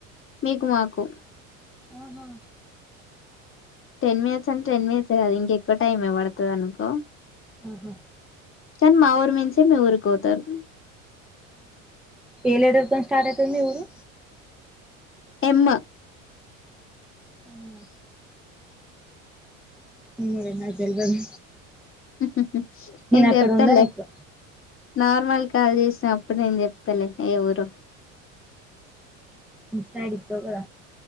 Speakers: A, on the left; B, in the centre.
A: మీకు మాకు
B: ఆహా
A: టెన్ మినిట్స్ అంటే టెన్ మినిట్స్ కదు ఇంక ఎక్కువ టైమ్ ఏ పడుతది అనుకో
B: ఆహా
A: కానీ మా ఊరు మించే మీ ఊరికి పోతారు
B: ఏ లేటర్ తోని స్టార్ట్ అయితది మీ ఊరు
A: ఎమ్
B: అవునా ఎమోలే నాకు తెల్వదు
A: మ్మ్ హ్మ్ హ్మ్ నేను
B: అక్కడ
A: చెప్తాలే
B: ఉండను ఎక్కువ
A: నార్మల్ కాల్ చేసినప్పుడు నేను చెప్తలే ఏ ఊరో
B: ఇన్స్ట ఐడి ఇస్తావ్ కద